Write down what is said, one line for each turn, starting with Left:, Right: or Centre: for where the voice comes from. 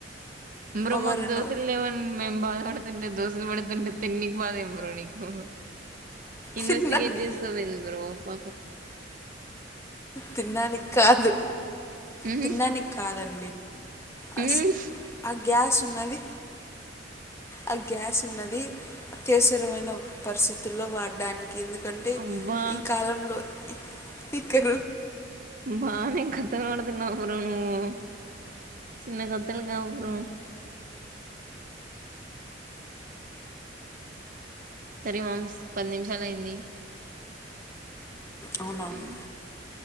Right: బ్రో
Left: ఒక
Right: మాకు
Left: రెండు
Right: దోశలు లేవని మేము బాధపడుతుంటే దోశలు పెడుతుంటే తిన్నికి బాదం బ్రో నీకు ఇన్వెస్టిగేట్
Left: తినడానికి
Right: చేస్తావ్ ఏంది బ్రో ప
Left: తిండానికి కాదు
Right: ఉహు
Left: తినడానికి కాదం అస్
Right: ఉమ్
Left: ఆగ్యాసు ఉన్నది ఆ గ్యాస్ ఉన్నది అత్యవసరమైన పరిస్థితుల్లో వాడడానికి ఎందుకంటే
Right: అబ్బా
Left: ఈ కాలంలో ఎక్కడ
Right: బానేే కతల్పడుతున్నావ్ బ్రో నువు చిన్న కతలు కావు బ్రో సరే మమ్స్ పది నిమిషాలు అయింది
Left: అవునవును
Right: హ్మ్